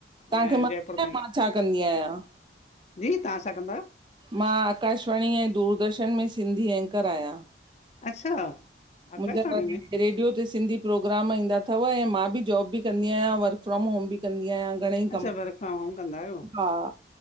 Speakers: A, on the right (about 25°); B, on the left (about 35°).
A: तव्हांखे
B: ऐं
A: मां
B: जयपुर
A: ॿु
B: में
A: मां छा कंदी आहियां?
B: जी तां सा कंदायो?
A: मां आकाशवाणी ऐं दूरदर्शन में सिंधी एंकर आहियां।
B: अच्छा। आकाशवाणी
A: मुंहिंजा अलाइ
B: में
A: रेडियो ते सिंधी प्रोग्राम ईंदा अथव, ऐं मां बि जॉब बि कंदी आहियां वर्क फ्रॉम होम बि कंदी आहियां। घणेई कम
B: अच्छा वर्क फ्राम होम कंदा आहियो
A: हा